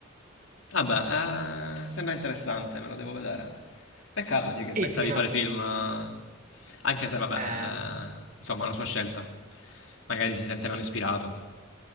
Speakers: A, on the left; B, on the right.
A: Vabbè, eh, sembra interessante, me lo devo vedere. Peccato sì
B: Sì,
A: che smetta
B: sì,
A: di
B: no,
A: fare film, eh, anche se vabbè,
B: eh, lo so.
A: eh, insomma è una sua scelta. Magari si sente meno ispirato.